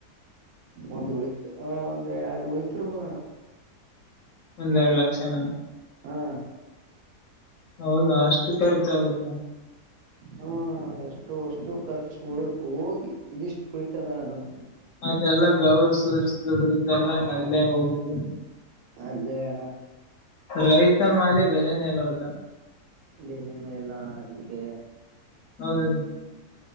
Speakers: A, on the right; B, on the left.
A: ಒಂದ್ ಉಳಿತ ಒಂದ್ ಎರಡು ಉಳತಿರ್ಬೋದಣ್ಣ
B: ಒಂದೆರಡು ಲಕ್ಷನ
A: ಹಾ
B: ಹೌದಾ ಅಷ್ಟು ಖರ್ಚಾಗತ್ತೆ
A: ಹಾ ಅಷ್ಟು - ಅಷ್ಟು ಖರ್ಚು ಉಳ ಹೋಗಿ ಇದಿಷ್ಟು ಉಳಿತದಳ ನಮ್
B: ಅದೆೆ ಎಲ್ಲ ಗೌರ್ ದುಡ್ದ ಇದಲ್ಲ ಅಲ್ಲೇ ಹೋಗುತ್ತೆ
A: ಅಲ್ಲೆ ಅಣ್ಣಾ
B: ರೈತನ ಮಾಲಿ ಬೆಲೆನೇ ಎಲ್ಲ ಊಟ
A: ಬೆಲೆನೆ ಇಲ್ಲಣ ಅದಕ್ಕೆ
B: ಹೌದದು